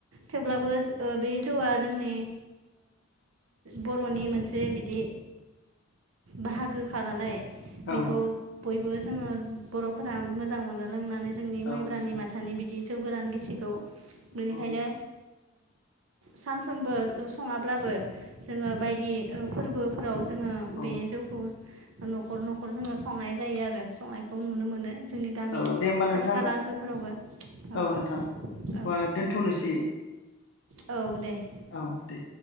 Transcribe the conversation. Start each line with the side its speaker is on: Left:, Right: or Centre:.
Right: थेवब्लाबो बे ओ जौआ जोंनि बर'नि मोनसे बिदि बाहागोखा नालाय
Left: औ
Right: खौ बयबो जोङो बर'फोरा मोजां मोनो लोंनानै जोंनि
Left: औ
Right: माइब्रानि
Left: नंगौ
Right: माथानि बिदि गोरान गिसिखौ बेनिखायनो
Left: औ
Right: सानफ्रोमबो सङाब्लाबो जोङो बायदि फोरबोफोराव जोङो
Left: औ
Right: बे जौखौ न'खर न'खर न'खर जोङो संनाय जायो आरो संनायखौ नुनो मोनो जोंनि गामि
Left: औ दे होमबा नोंथां
Right: खाथि खाला ओनसोलफोरावबो औ
Left: नोंथां होमबा दोनथ'नोसै
Right: औ औ दे
Left: औ दे